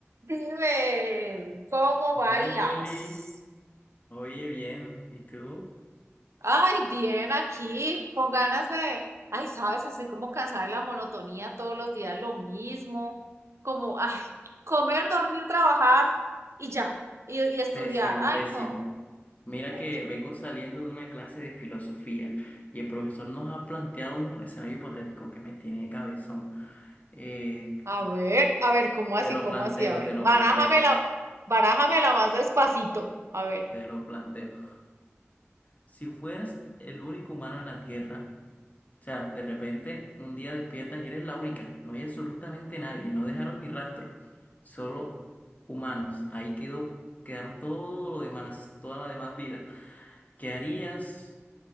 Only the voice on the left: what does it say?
Hola Julie, oye bien, ¿y tú?
Pésimo,
pésimo.
Mira
que
vengo saliendo de una clase de filosofía y el profesor nos ha planteado un escenario hipotético que me tiene de cabezón. Eh,
te lo
planteo,
te lo
planteo,
te lo planteo. Si fueras el único humano en la Tierra, o sea, de repente un día despiertas y eres la única, no hay absolutamente nadie, no dejaron ni rastro, solo humanos, ahí quedó, quedaron todo lo demás, toda la demás vida. ¿Qué harías?